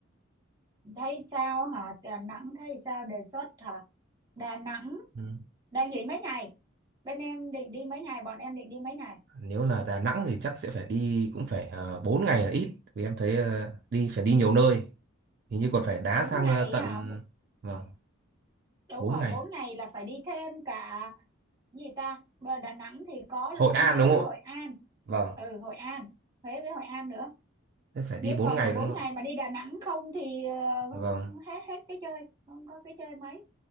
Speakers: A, on the right; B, on the right.
A: thấy sao hả? Đà Nẵng thấy sao đề xuất hả? Đà Nẵng
B: ừ.
A: đang nghỉ mấy ngày? Bên em định đi mấy ngày? Bọn em định đi mấy ngày?
B: nếu là Đà Nẵng thì chắc sẽ phải đi cũng phải uh, 4 ngày là ít vì em thấy ờ, đi phải đi nhiều nơi hình như còn phải đá
A: Bốn
B: sang
A: ngày
B: ờ, tận
A: hả? B-
B: vâng
A: Đúng
B: 4
A: rồi,
B: ngày
A: bốn ngày là phải đi thêm cả gì ta? Bờ Đà Nẵng thì có
B: Hội
A: luôn
B: An
A: Huế
B: đúng không
A: với Hội
B: ạ
A: An.
B: vâng
A: Ừ, Hội An, Huế với Hội An nữa.
B: thế phải
A: Nếu
B: đi 4
A: còn
B: ngày
A: mà bốn
B: đúng không
A: ngày
B: ạ
A: mà đi Đà Nẵng không thì ờ, không
B: vâng
A: hết hết cái chơi, không có cái chơi mấy.